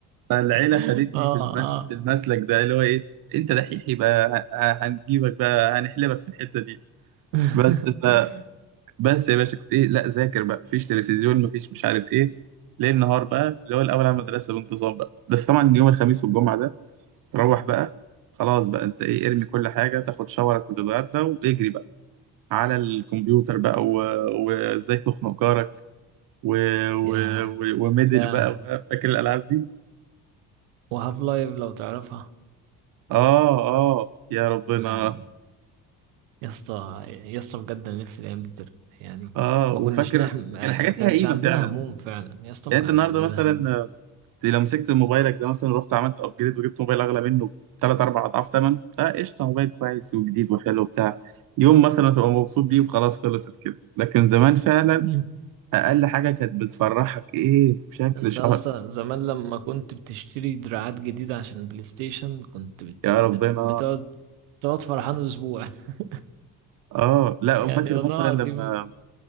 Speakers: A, on the right; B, on the right.
A: فالعيله
B: <laughs>
A: خدتني
B: اه
A: في المس...
B: اه
A: في المسلك ده اللي هو ايه انت دحيح يبقى ه- هنجيبك بقى هنحلبك في الحته دي
B: <laughs>
A: بس ف... بس يا باشا كنت ايه لا ذاكر بقى مفيش تلفزيون مفيش مش عارف ايه ليل نهار بقى اللي هو الاول على المدرسه بانتظام بقى بس طبعا يوم الخميس والجمعه ده تروح بقى خلاص بقى انت ايه ارمي كل حاجه تاخد شاورك وتتغدى واجري بقى. على الكمبيوتر بقى و- وازاي تخنق جارك و... و...
B: يا
A: و... وميدل
B: يا
A: بقى فا- فاكر الالعاب دي
B: وهاف لايف لو تعرفها
A: اه اه يا ربنا
B: يا لهوي يا اسطى يا اسطى بجد انا نفسي الايام دي ترجع يعني
A: اه
B: ما
A: وفاكر
B: كناش نحم ما
A: كان الحاجات
B: يعني كانش
A: ليها قيمه
B: عندنا
A: فعلا
B: هموم فعلا يا اسطى
A: يعني
B: ما كانش
A: انت النهارده
B: عندنا
A: مثلا
B: هم
A: آه، لو مسكت موبايلك ده مثلا رحت عملت ابجريد وجبت موبايل اغلى منه ثلاث اربع اضعاف ثمنه اه قشطه موبايل كويس وجديد وحلو وبتاع يوم مثلا تبقى مبسوط بيه وخلاص خلصت كده لكن زمان فعلا
B: مم.
A: اقل حاجه كانت بتفرحك ايه بشكل
B: انت
A: شهر
B: يا اسطى زمان لما كنت بتشتري دراعات جديدة عشان بلاي ستيشن كنت بت...
A: يا ربنا
B: بت... بتقعد تقعد فرحان اسبوع <laughs>
A: اه لا
B: يعني
A: فاكر
B: والله
A: مثلا
B: العظيم
A: لما